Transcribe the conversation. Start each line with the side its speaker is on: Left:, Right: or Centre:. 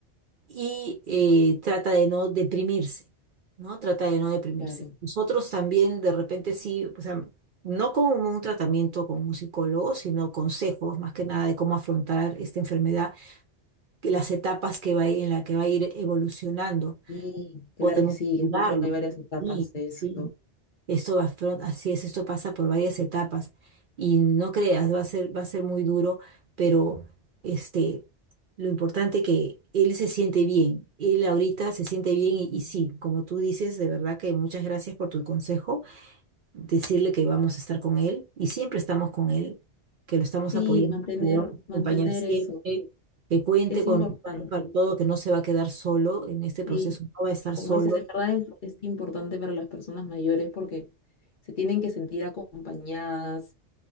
Right: y eh, trata de no deprimirse, ¿no? Trata de no deprimirse.
Left: claro.
Right: Nosotros también de repente sí, o sea, no con un tratamiento con un psicólogo, sino consejos más que nada de cómo afrontar esta enfermedad, que las etapas que va a ir- en la que va a ir evolucionando,
Left: Sí, claro
Right: podemos
Left: que sí,
Right: ayudarlo.
Left: escucho que hay varias etapas
Right: Sí,
Left: de eso.
Right: sí. Esto afron- así es, esto pasa por varias etapas y no creas, va a ser, va a ser muy duro, pero este, lo importante que él se siente bien, él ahorita se siente bien y, y sí, como tú dices, de verdad que muchas gracias por tu consejo, decirle que vamos a estar con él y siempre estamos con él, que lo estamos
Left: Sí,
Right: apoyando,
Left: mantener,
Right: que lo vamos a
Left: mantener
Right: acompañar siempre,
Left: eso
Right: que cuente
Left: es
Right: con
Left: importante.
Right: nosotros para todo, que no se va a quedar solo en este proceso,
Left: Sí,
Right: no va a estar
Left: como
Right: solo.
Left: dices, en verdad es, es importante para las personas mayores porque se tienen que sentir acompañadas,